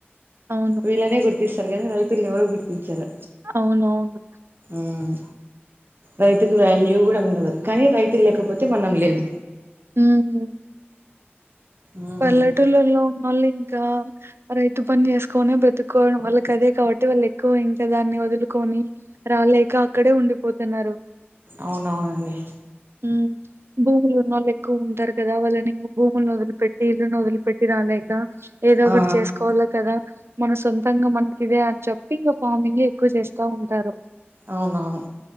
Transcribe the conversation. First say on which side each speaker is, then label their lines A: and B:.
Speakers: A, on the right; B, on the right.
A: అవును.
B: వీళ్ళనే గుర్తిస్తారు కానీ రైతుల్నెవరు గుర్తించరు
A: అవునవును
B: మ్ రైతుకు వాల్యూ కూడా ఉండదు కానీ రైతు లేకపోతే మనం లేమ్
A: మ్మ్
B: మ్మ్
A: పల్లెటూల్లొ ఉన్నోళ్ళు ఇంకా రైతు పని చేస్కోనీ బ్ర తుక్కోడం వాళ్ళకదే కాబట్టి వాళ్ళెక్కువ దాన్ని వదులుకొని రాలేక అక్కడే ఉండిపోతున్నారు
B: అవునవునండి
A: హు భూములు ఉన్నోళ్ళు ఎక్కువుంటారు కదా వాళ్ళని భూముల్నోదిలి పెట్టి వీళ్ళనొదిలిపెట్టి రాలేక ఏదో ఒకటి
B: ఆ
A: చేస్కోవాలే కదా మన సొంతంగా మన ఇవే అని చెప్పి ఇంగా ఫార్మింగేక్కువ చేస్తూంటారు
B: అవునవును